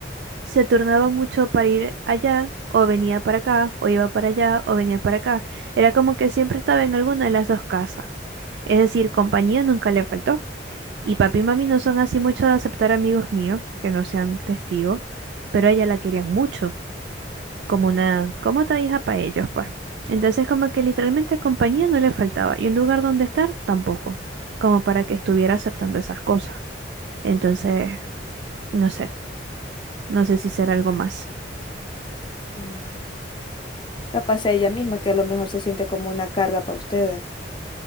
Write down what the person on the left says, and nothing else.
Mm. Capaz sea ella misma que a lo mejor se siente como una carga para ustedes,